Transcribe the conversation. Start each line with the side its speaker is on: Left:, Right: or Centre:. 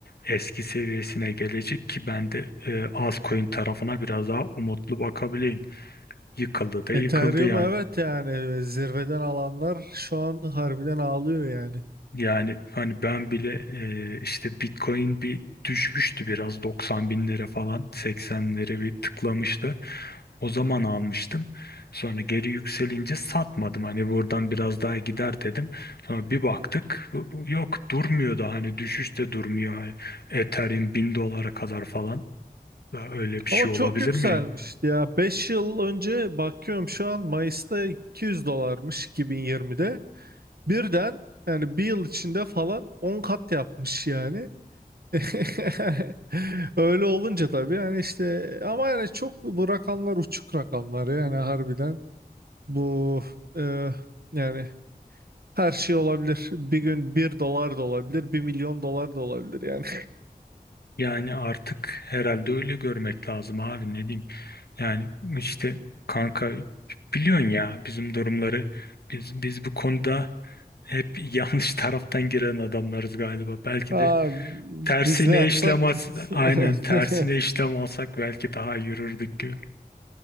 Left: eski seviyesine gelecek ki ben de e, altcoin tarafına biraz daha umutlu bakabileyim. Yıkıldı da yıkıldı
Right: Ethereum
Left: yani.
Right: evet yani e, zirveden alanlar şu an harbiden ağlıyor yani.
Left: Yani hani ben bile e, işte Bitcoin bir düşmüştü biraz 90 binlere falan 80'lere bir tıklamıştı. O zaman almıştım. Sonra geri yükselince satmadım. Hani buradan biraz daha gider dedim. Sonra bir baktık bu- bu- yok durmuyor da hani düşüş de durmuyor. Hani Ethereum 1000 dolara kadar falan. Ya Öyle bir
Right: Ama
Left: şey
Right: çok
Left: olabilir
Right: yükselmişti
Left: mi ya?
Right: ya. beş yıl önce bakıyorum şu an Mayıs'ta 200 dolarmış 2020'de. Birden yani bir yıl içinde falan 10 kat yapmış yani. <laughs> Öyle olunca tabii yani işte ama yani çok bu rakamlar uçuk rakamlar yani harbiden bu e, yani her şey olabilir. Bir gün bir dolar da olabilir, bir milyon dolar da olabilir yani.
Left: Yani artık herhalde öyle görmek lazım abi ne diyeyim. Yani işte kanka biliyorsun ya bizim durumları biz biz bu konuda hep <laughs> yanlış taraftan giren adamlarız galiba. Belki
Right: Aa,
Left: de tersine
Right: biz ne yapsak?
Left: işlemez aynen
Right: <laughs>
Left: tersine işlem alsak belki daha yürürdük gibi.